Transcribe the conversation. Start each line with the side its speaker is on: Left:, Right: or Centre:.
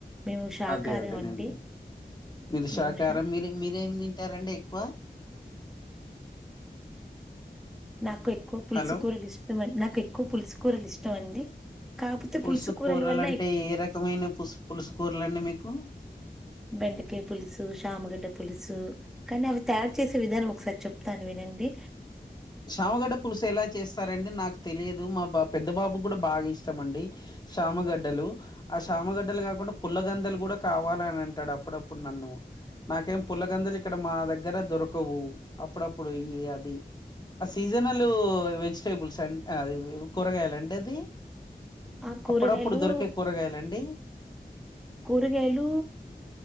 Centre: మేము శాకాహారం
Left: అదే అదేనండి
Centre: అండి
Left: మీరుషాకారం
Centre: మేము శా
Left: మీరి మీ మీరేం తింటారండి ఎక్కువ
Centre: నాకు ఎక్కువ పులుసుకూరలు
Left: హలో
Centre: ఇష్టం అం నాకు ఎక్కువ పులుసుకూరలు ఇష్టం అండి కాకపోతే
Left: పులుసు
Centre: కూరల
Left: కూరలంటే
Centre: వల్ల ఎక్-
Left: ఏ రకమైన పుస్ పులుసు కూరలండి మీకు
Centre: బెండకాయ పులుసు శ్యమగడ్డ పులుసు కానీ అవి తయారు చేసే విదానం ఒకసారి చెప్తారా విన్ ఏంది
Left: శ్యామగడ్డ పులుసు ఎలా చేస్తారండి నాకు తెలిదు మా బా పెద్ద బాబుకు కూడా బాగా ఇష్టం అండి శ్యామగడ్డలు ఆ శ్యామగడ్డలు కాకుండా పుల్లగందలు కూడా కావాలని అంటాడు అప్పుడప్పుడు నన్ను నాకేం పుల్లగందలు ఇక్కడ మా దగ్గర దొరకవు అప్పుడప్పుడు ఈ అది ఆ సీజనల్ వెజిటేబుల్స్ అ కూరగాయలండి అది
Centre: ఆ కూరగాయలు
Left: అప్పుడప్పుడు దొరికే కూరగాయలండి
Centre: కూరగాయలు